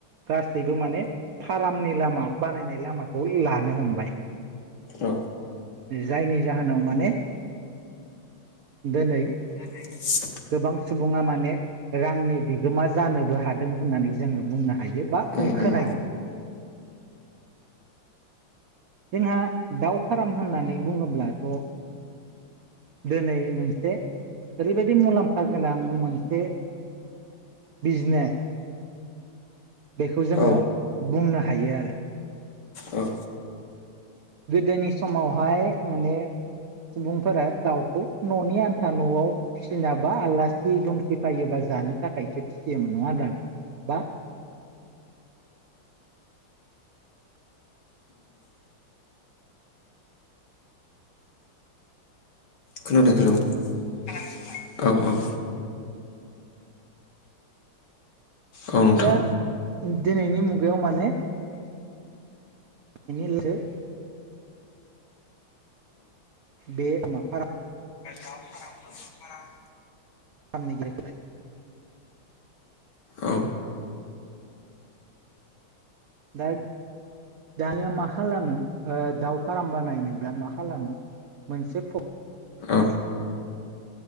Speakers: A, on the right; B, on the left.
A: गासैबो माने फारामनि लामा बानायनाय लामाखौ लानो हमबाय
B: औ
A: जायनि जाहोनाव माने दोनै ओ
B: <unintelligible>
A: गोबां सुबुङा माने रांनि बिगोमा जानोबो हादों होननानै जोङो बुंनो हायो बा जों
B: उम उम
A: खोनायो। जोंहा दाउ फार्म होननानै बुङोब्लाथ' दिनै मोनसे ओरैबादि मुलाम्फा फा गोनां मोनसे बिजनेस बेखौ जोङो
B: औ
A: बुंनो हायो आरो।
B: औ
A: गोदोनि समावहाय माने सुबुंफोरा दाउखौ न'नि आन्था न'आव फिसिनाबा आलासि-दुमसि फायोबा जानो थाखायसो फिसियोमोन नङा होनब्ला। नोंथां बा
B: खोनादों हेल' औ ओ औ नोंथां
A: ओ दा दिनैनि मुगायाव माने बेनि लोगोसे बे फारामो
B: दाउ फाराम बोरमा फाराम
A: <unintelligible>
B: औ
A: दा दानिया मा खालामो दाउ फार्म बानायनोब्ला मा खालामो। <unintelligible>
B: औ